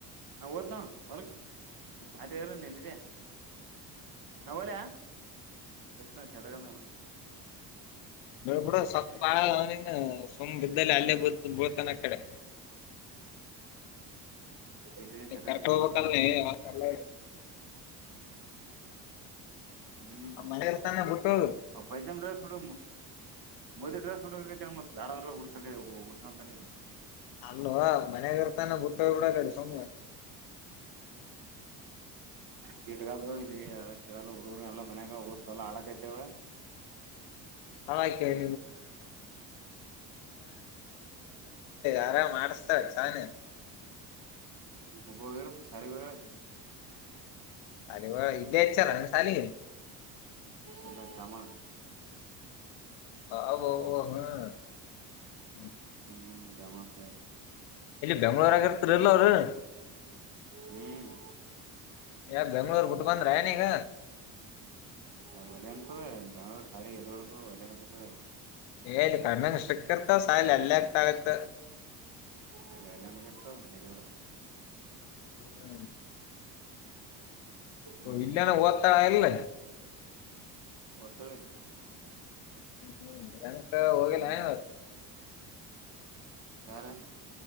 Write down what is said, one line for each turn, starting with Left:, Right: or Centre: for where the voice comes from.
Right: ನ ಓತ್ನಾವ್ ಹೊರಕ್ ಅರ ನನ್ನಯ ನಾ ಹೊಲೆ ಬಿತ್ತ್ ನೋಡ ಶ್ಯಾಟದ
Left: ಬೆಳ್ ಬಿಡ ಸ ಬಾಳನ್ ಸುಮ್ ಬಿದ್ದಲ್ಲಿ ಅಲ್ಲೇ ಬಳತಾನ ಕಡೆ
Right: ಇಡ್ರಿ ಸೆಡಗಂತದ
Left: ಕರೆಕ್ಟ್ ಹೋಗಬೇಕಲ್ಲ
Right: ನಾನು ಹ್ಮ್
Left: ಮನೆಗ ಇರ್ತಾನ ಬಿಟ್ಟ ಹೋಗು
Right: ಹ ಪೈಸ ಮಡ ೋಡ ಮೋದಿ ಡ್ರೆಸ್ ಹುಡಕಾಕತ್ತಿ ಮ ದಾಡ ಉಸಕ ಉಡ್ಸಂತ ನೀವು
Left: ಅಲ್ವಾ ಮನಯಾಗ ಇರ್ತಾನೆ ಬಿುಟ್ಟ ಹೋಗ್ ಬಿಡದ್ರ ಸುಮ
Right: ಕಿಟ್ಕಾದ ಇರಿಲ್ಲ ಹುಡುಗರು ಎಲ್ಲ ಮನ್ಯಾಗ ಹೋಗಸ ಎಲ್ಲ ಆಡ ಕತ್ತೆವ
Left: <unintelligible> ಏ ಆರಾಮ್ ಮಾಡಸ್ತಾ ಚಾನೆ
Right: ಹಬೋಗರ ಸರಿಗಳ
Left: ಸಾಲಿಗ ಹೋಗ ಇಲ್ಲ ಹಚ್ಚಾರ ಸಾಲಿಗೆ
Right: ಎಲ್ಲಾ ಚಾಮ
Left: ಅಬ್ಬಬ್ಬಾ ಹ ಹ ಹ್ಮ
Right: ಹ್ಮ್ ಜಾಮಳಕ
Left: ಯಮನಾಗಿ, ಇರ್ತಾರಲ, ಅವರು. <inaudible>
Right: ಹ್ಮ್
Left: ಯ ಬೆಂಗಳೂರು ಬಿಟ್ ಬಂದ್ರ ಈಗ
Right: ಅದು ಒಲೆ ಅತವೆ್ರ ಸ ಎಡಬೇಕ ಒಳ್ಳಕತವೆ
Left: ಹೇಳಏ ಕಣ್ಣಷ್ಟಕ್ಕರ್ತ ಸಾಯಲ ಎಲ್ಲತಗತ್ತ
Right: ಅಲ್ಲ ಎಲ್ಲ ನಮ ಎತ್ತ
Left: ಹ್ಮ್
Right: ಹ್ಮ್
Left: ಇಲ್ಲೆನ ಓದತಾಳನ್ ಇಲ್ಲ
Right: ಹೋಗಿ ತೊಳಿಯಲಿ. <inaudible>
Left: ಹ್ಮ, ಹ್ಮ್, ಏನಕ್ಕ ಹೋಗಿಲ್ಲ.
Right: ಹ್ಮ್
Left: <unintelligible>
Right: ಯಾರ